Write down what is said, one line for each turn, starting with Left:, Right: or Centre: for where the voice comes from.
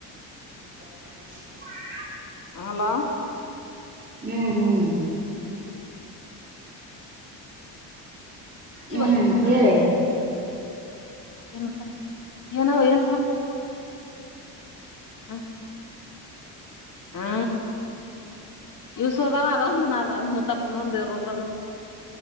Right: <inaudible>
Left: ಹ ಹಲೋ
Right: ಹ್ಮ್ ಹ್ಮ್
Left: ಈ
Right: ಹ್ಮ್
Left: ಬಹಿನ
Right: ಹೇಳಿ
Left: ಏನಂತ ಏನಾವ ಏನ್ ಸಣ ಹ್ಮ ಹಾ ಯೂಸದಾವ ಅಂದ ನ ಮುತ್ತಪ್ಪಂದರ ರೂಪ